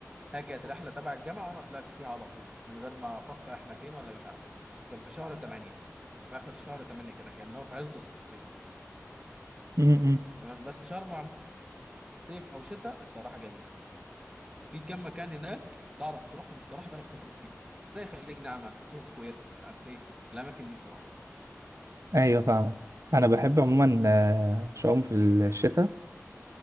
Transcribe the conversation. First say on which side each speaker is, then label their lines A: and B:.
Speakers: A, on the right; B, on the right.
A: هي كانت رحله تبع الجامعه وانا طلعت فيها على طول من غير ما افكر احنا فين ولا مش عارفين كان في شهر 8 في اخر شهر 8 كده كان اللي هو في عز الصيف
B: امم، امم.
A: تمام بس شرم عموماً صيف او شتاء الصراحه جميله في كام مكان هناك تعرف تروحهم الصراحه تعرف تخرج فيهم زي خليج نعمه سوهو سكوير مش عارف ايه الاماكن دي بصراحه
B: ايوه فاهمك انا بحب عموما آه، شعوم في الشتاء